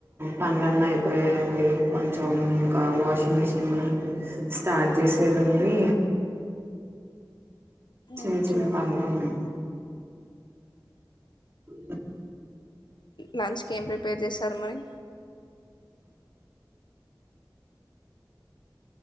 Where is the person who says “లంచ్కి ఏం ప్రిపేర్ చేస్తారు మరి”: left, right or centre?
Left